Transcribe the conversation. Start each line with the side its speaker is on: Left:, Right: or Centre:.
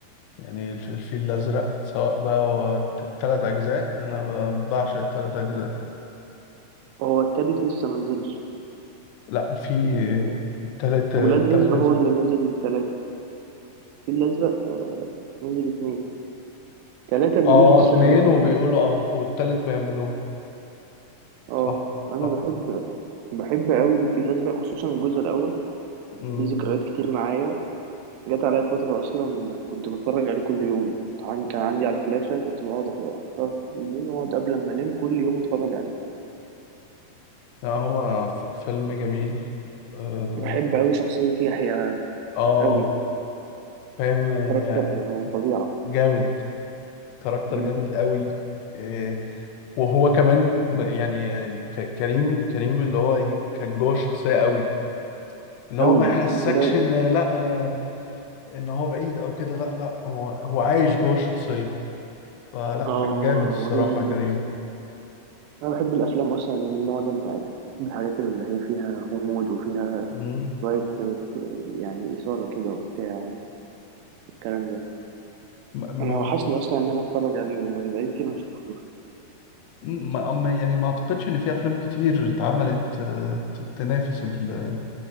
Left: يعني الف- الفيل الأزرق سواء بقى هو الت- التلات أجزاء أنا ب- بعشق التلات أجزاء
Right: هو التالت لسه منزلش
Left: لأ في
Right: ال-
Left: التالت التالت
Right: ولاد رزق هو
Left: نزل
Right: اللي نزل تلاتة الفيل الأزرق نزل اتنين تلاتة بيقول
Left: اه
Right: لسه
Left: اتنين
Right: هينزل
Left: وبيقولوا
Right: يعني
Left: اه والتالت بيعملوه
Right: اه
Left: صح
Right: أنا
Left: صح
Right: بحب بحب أوي الفيل الأزرق خصوصا الجزء الأول
Left: امم
Right: ليه ذكريات كتير معايا جت عليا فترة أصلا كنت بتفرج عليه كل يوم عن- كان عندي على الفلاشة كنت بقعد أح- أحطها في التلفزيون وأقعد قبل ما أنام كل يوم أتفرج عليه
Left: لا هو ف- فيلم جميل اه
Right: بحب أوي شخصية يحيى
Left: آه،
Right: أوي يعني
Left: فاهم
Right: كاركتر
Left: يعني
Right: فظيعة
Left: جامد كاركتر
Right: مم.
Left: جامد قوي آه، وهو كمان م- يعني ك- كريم كريم اللي هو ايه كان جوه الشخصية قوي اللي هو
Right: أوي
Left: ما يحسكش
Right: بزيادة
Left: ان لا انا ان هو بعيد او كده لا لا هو هو عايش جوه الشخصية فلا
Right: اه
Left: كان جامد
Right: هو هو
Left: الصراحة
Right: جامد
Left: كريم
Right: جدا أنا بحب الأفلام أصلا اللي من النوع ده أنت عارف بحب الحاجات اللي هي فيها غموض وفيها
Left: امم
Right: شوية آه، يعني إثارة كده وبتاع والكلام ده
Left: ما
Right: أنا وحشني أصلا إن أنا أتفرج عليه والله بقالي كتير ما شفتوش
Left: ما أما- يعني ما اعتقدش ان في افلام كتير اتعملت آه، ت- تنافس ال-